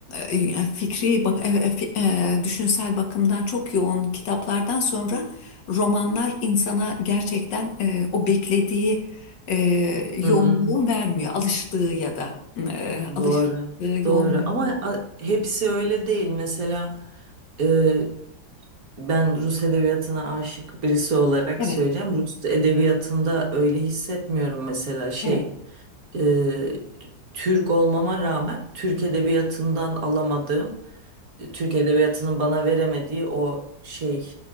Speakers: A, on the left (about 70°); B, on the right (about 50°).
A: e, fikri, bak- e, e, fi- e, düşünsel bakımdan çok yoğun kitaplardan sonra romanlar insana gerçekten e, o beklediği e, yoğunluğu
B: Hı hı.
A: vermiyor. Alıştığı ya da e, alıştığı
B: Doğru, doğru.
A: yoğunluğu.
B: Ama a- hepsi öyle değil. Mesela e, ben Rus edebiyatına aşık birisi olarak
A: Evet,
B: söyleyeceğim. Rus edebiyatında öyle hissetmiyorum mesela şey.
A: evet.
B: e, t- Türk olmama rağmen Türk edebiyatından alamadığım, e, Türk edebiyatının bana veremediği o şey